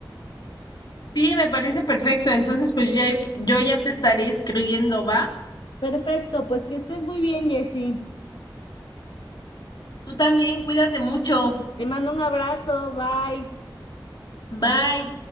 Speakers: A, on the left; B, on the left.
A: Sí, me parece perfecto. Entonces, pues ya, yo ya te estaré escribiendo, ¿va?
B: Perfecto, pues que estés muy bien, Jessie.
A: Tú también, cuídate mucho.
B: Te mando un abrazo, bye.
A: Bye.